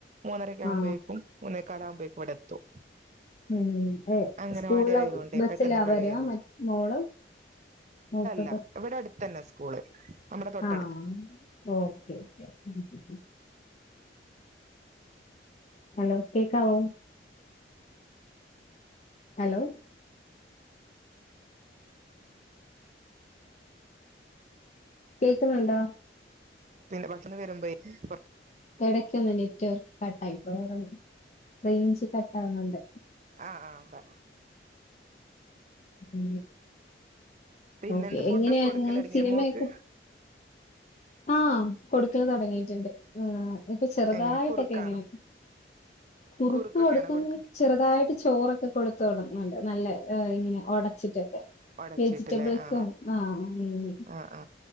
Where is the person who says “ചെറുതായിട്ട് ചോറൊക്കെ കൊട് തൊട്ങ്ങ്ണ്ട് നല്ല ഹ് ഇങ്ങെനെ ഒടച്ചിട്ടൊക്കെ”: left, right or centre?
Left